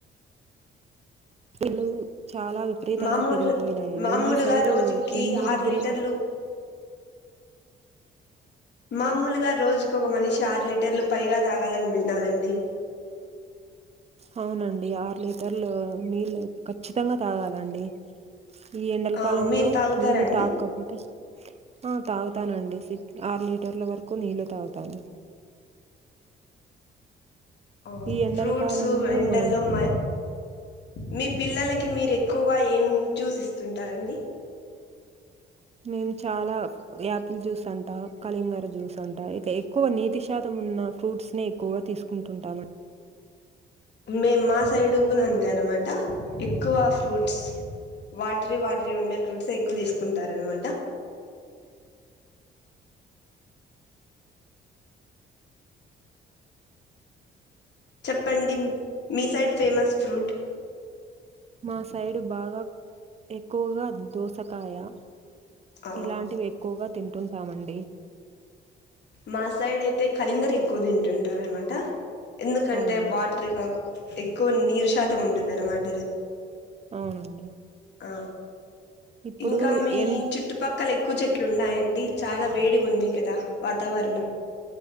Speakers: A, on the right; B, on the left.
A: తెలుగు చాలా విపరీతంగా
B: మామూలు
A: పెరిగిపోయినాయండి
B: మామూలుగా
A: మీ సైడ్
B: రోజుకి
A: ఎన్ని
B: ఆరు
A: డిగ్రీలు
B: లీటర్లు మామూలుగా రోజుకి ఒక మనిషి ఆరు లీటర్లు పైగా తాగాలని విన్నానండి
A: అవునండి ఆరు లీటర్లు నీళ్ళు ఖచ్చితంగా తాగాలండి ఈ ఎండల
B: ఆ
A: కాలంలో
B: మీరు తాగుతారా
A: నీళ్ళు
B: అండి
A: తాగకపోతే ఆ తాగుతానండి సిక్ ఆరు లీటర్ల వరకు నీళ్ళు తాగుతాను
B: ఆ
A: ఈ ఎండల
B: ఫ్రూట్స్
A: కాలంలో
B: ఎండల్లో
A: మనం
B: మ మీ పిల్లలకి తి మీరెక్కువ ఏం జ్యూస్ ఇస్తుంటారండి
A: మేము చాలా యాపిల్ జ్యూస్ అంటా కళింగర జ్యూస్ అంటా ఇక ఎక్కువ నీటి శాతం ఉన్న ఫ్రూట్స్ నే ఎక్కువగా తీసుకుంటుంటాం అండి
B: మేం మా సైడ్ కూడ అంతే అనమాట ఎక్కువ ఫ్రూట్స్ వాటరీ వాటరీ ఉండే ఫ్రూట్స్ ఎక్కువ తీసుకుంటారనమాట చెప్పండి మీ సైడ్ ఫేమస్ ఫ్రూట్
A: మా సైడ్ బాగా ఎక్కువగా దోసకాయ
B: ఆ
A: ఇలాంటివి ఎక్కువగా తింటుంటామండి
B: మాసైడ్ ఎయితే కళింగర ఎక్కువ తింటుంటారనమాట ఎందుకంటే
A: అవును
B: వాటర్గా ఎక్కు కొ నీరు శాతం ఉంటుంది అన్నమాట
A: అవునండి
B: ఆ
A: ఇప్పుడు
B: ఇంకా మీ
A: ఎన్
B: చుట్టుపక్కల ఎక్కువ చెట్టు ఇట్లున్నాయండి చాలా వేడిగా ఉంది కదా వాతావరణం